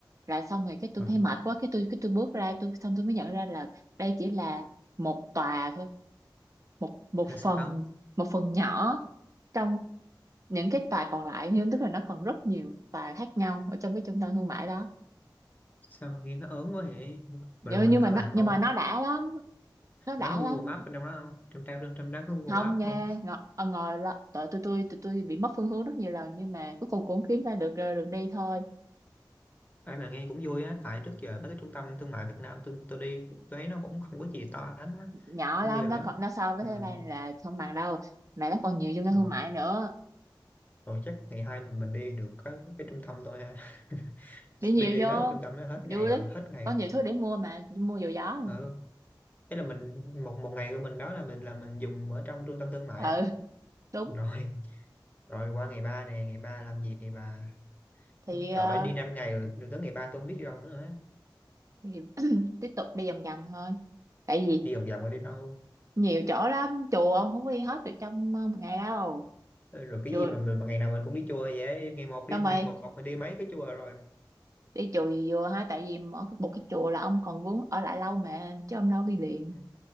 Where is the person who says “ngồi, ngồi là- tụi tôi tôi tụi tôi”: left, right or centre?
Right